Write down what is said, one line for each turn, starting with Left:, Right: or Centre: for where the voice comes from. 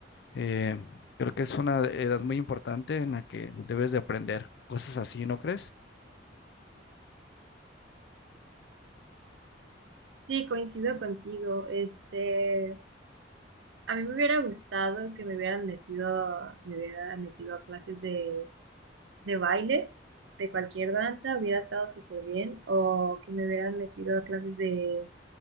Left: Eh, creo que es una edad muy importante en la que debes de aprender cosas así, ¿no crees?
Right: Sí, coincido contigo. Este, a mí me hubiera gustado que me hubieran metido, me hubieran metido a clases de de baile, de cualquier danza, hubiera estado súper bien, o que me hubieran metido a clases de,